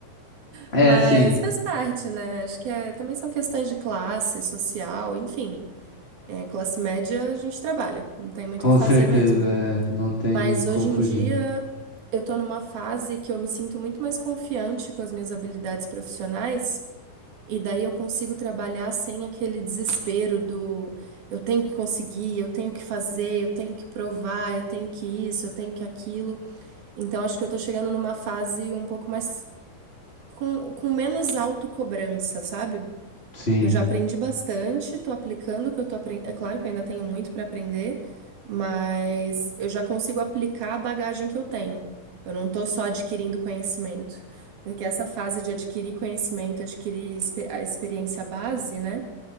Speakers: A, on the left; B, on the right.
A: É,
B: Mas
A: sim,
B: faz parte, né? Acho que é, também são questões de classe, social, enfim. É, classe média a gente trabalha, não tem muito
A: com
B: o que fazer
A: certeza,
B: mesmo.
A: é, não tem
B: Mas
A: como
B: hoje
A: fugir.
B: em dia eu tô numa fase que eu me sinto muito mais confiante com as minhas habilidades profissionais, e daí eu consigo trabalhar sem aquele desespero do eu tenho que conseguir, eu tenho que fazer, eu tenho que provar, eu tenho que isso, eu tenho que aquilo. Então acho que eu tô chegando numa fase um pouco mais com, com menos autocobrança, sabe?
A: Sim,
B: Eu já aprendi bastante, tô aplicando o que eu tô aprendendo. É claro que eu ainda tenho muito para aprender, mas eu já consigo aplicar a bagagem que eu tenho. Eu não tô só adquirindo conhecimento, porque essa fase de adquirir conhecimento, adquirir expe- a experiência base, né?